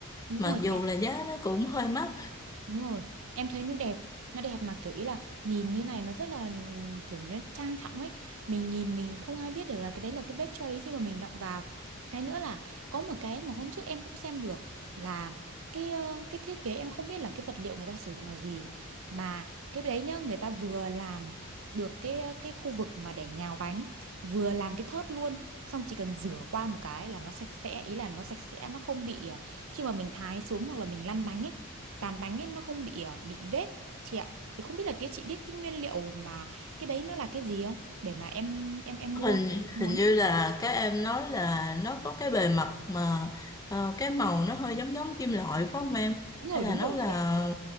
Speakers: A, on the right; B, on the left.
A: Đúng
B: mặc
A: rồi,
B: dù
A: chị
B: là giá nó cũng hơi mắc
A: Đúng rồi, em thấy nó đẹp, nó đẹp mà kiểu ý là nhìn như này nó rất là kiểu nó trang trọng ấy. Mình nhìn mình không ai biết được là cái đấy là cái bếp cho đến khi mà mình động vào. Cái nữa là có một cái mà hôm trước em cũng xem được là cái ờ, cái thiết kế em không biết là cái vật liệu người ta sử dụng là gì mà cái đấy nhá, người ta vừa làm được cái ờ, cái khu vực mà để nhào bánh, vừa làm cái thớt luôn, xong chỉ cần rửa qua một cái là nó sạch sẽ, ý là nó sạch sẽ, nó không bị ờ, khi mà mình thái xuống hoặc là mình lăn bánh ấy cán bánh ấy nó không bị ờ, bị vết chị ạ thì không biết là cái chị biết cái nguyên liệu mà cái đấy nó là cái gì không để mà em em em
B: hình
A: mua muốn
B: hình như là các em nói là nó có cái bề mặt mà ờ, cái màu nó hơi giống giống kim loại phải không em
A: đúng
B: hay
A: rồi
B: là
A: đúng
B: nó
A: rồi
B: là
A: chị ạ